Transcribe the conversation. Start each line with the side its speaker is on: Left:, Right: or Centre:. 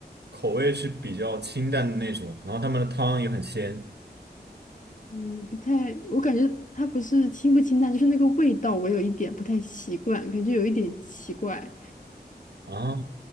Right: 口味是比较清淡的那种，然后他们的汤也很鲜。
Left: 嗯，不太，我感觉它不是清不清淡，就是那个味道，我有一点不太习惯，感觉有一点奇怪。
Right: 哦，